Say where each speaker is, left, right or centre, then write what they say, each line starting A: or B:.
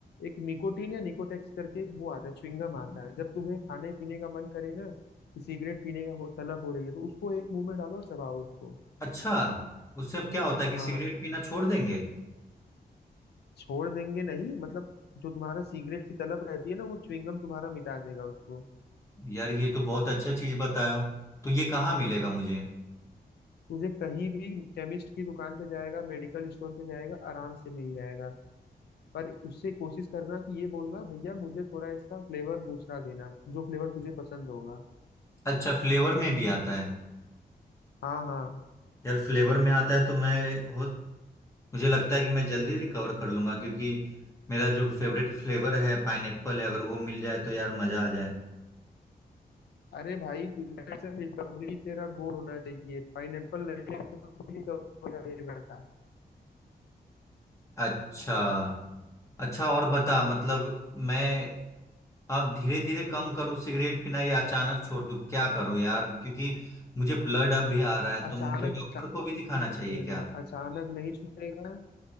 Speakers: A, on the left; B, on the left.
A: एक निकोटीन या निकोटेक्स करके एक वो आता है च्युइंगम आता है जब तुम्हें खाने पीने का मन करे ना कि सिगरेट पीने का हो तलब हो रही है तो उसको एक मुंह में डालो और चबाओ उसको
B: अच्छा उससे क्या होता है कि
A: हाँ
B: सिगरेट पीना छोड़ देंगे
A: छोड़ देंगे नहीं मतलब जो तुम्हारा सिगरेट की तलब रहती है ना वो च्युइंगम तुम्हारा मिटा देगा उसको
B: यार ये तो बहुत अच्छा चीज बताया हो तो ये कहाँ मिलेगा मुझे
A: तुझे कहीं भी केमिस्ट की दुकान पे जाएगा मेडिकल स्टोर पे जाएगा आराम से मिल जाएगा पर उससे कोशिश करना कि ये बोलना भैया मुझे थोड़ा इसका फ्लेवर दूसरा देना जो फ्लेवर तुझे पसंद होगा
B: अच्छा फ्लेवर में भी आता है
A: हाँ हाँ
B: यार फ्लेवर में आता है तो मैं हो मुझे लगता है कि मैं जल्दी रिकवर कर लूंगा क्योंकि मेरा जो फेवरेट फ्लेवर है पाइनएप्पल है अगर वो मिल जाए तो यार मजा आ जाए
A: अरे भाई तुझे से रिकवरी तेरा गोल होना चाहिए पाइनएप्पल नहीं है तो recovery का ये बेटा
B: अच्छा अच्छा और बता मतलब मैं आप धीरे धीरे कम करूँ सिगरेट पीना या अचानक छोड़ दूँ क्या करूँ यार क्योंकि मुझे ब्लड अब भी आ रहा है
A: अचानक
B: तो मुझे डॉक्टर
A: अचानक
B: को भी दिखाना
A: नहीं छूटेगा
B: चाहिए क्या
A: अचानक नहीं छूटेगा